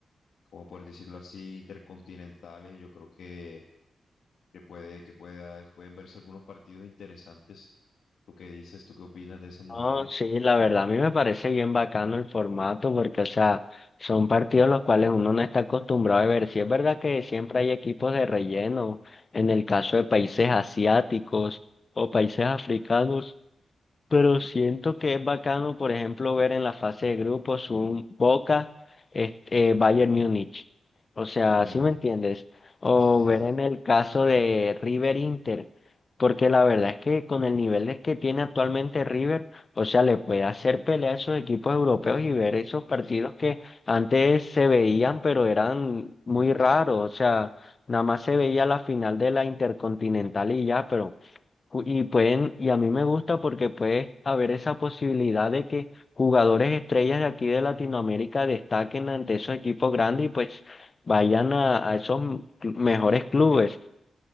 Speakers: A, on the left; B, on the left.
A: como por decirlo así, intercontinentales, yo creo que, que puede, que pueda, pueden verse algunos partidos interesantes. ¿Tú qué dices? ¿Tú qué opinas de ese mundial?
B: No, sí, la verdad a mí me parece bien bacano el formato porque, o sea, son partidos los cuales uno no está acostumbrado a ver. Sí es verdad que siempre hay equipos de relleno, en el caso de países asiáticos o países africanos. Pero siento que es bacano, por ejemplo, ver en la fase de grupos un Boca, este, eh, Bayern Múnich. O sea,
A: <laughs> Ujú.
B: ¿sí me entiendes? O
A: Sí, sí,
B: ver
A: sí.
B: en el caso de River Inter. Porque la verdad es que con el nivel de- que tiene actualmente River, o sea, le puede hacer pelea a esos equipos europeos y ver esos partidos que antes se veían, pero eran muy raros. O sea, nada más se veía la final de la Intercontinental y ya, pero. Ju- Y pueden, y a mí me gusta porque puede haber esa posibilidad de que jugadores estrellas de aquí de Latinoamérica destaquen ante esos equipos grandes y pues vayan a, a esos m- cl- mejores clubes.